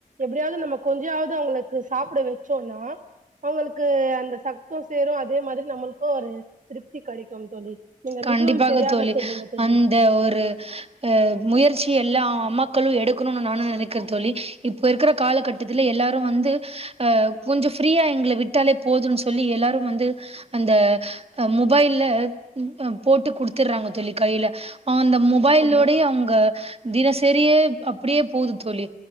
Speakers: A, on the right; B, on the right.
A: எப்டியாவ்து நம்ம கொஞ்சாவது அவுங்களுக்கு சாப்பிட வெச்சோனா அவுங்களுக்கு அந்த சக்து சேரு அதே மாரி நம்மளுக்கு ஒரு திருப்தி கெடைக்கும் தோழி நீங்க
B: கண்டிப்பாக
A: மிகவும் சரியாக
B: தோழி
A: சொன்னீங்க தோழி
B: அந்த ஒரு அ முயற்சி எல்லா அம்மாக்களு எடுக்கணுனு நானு நெனைக்கிறே தோழி இப் இப்ப இருக்கற காலகட்டத்தில எல்லாரு வந்து ஆ கொஞ்சோ ஃப்ரியா எங்கள விட்டாலே போதுன்னு சொல்லி எல்லா ரு வந்து அந்த அ மொபைல்ல ம் அ போட்டு குடுத்துட்றாங்க தோழி கையில அவங்க அந்த மொபைல்லோடயே
A: ஆமா
B: அவங்க தினசரியே அப்படியே போவுது தோழி,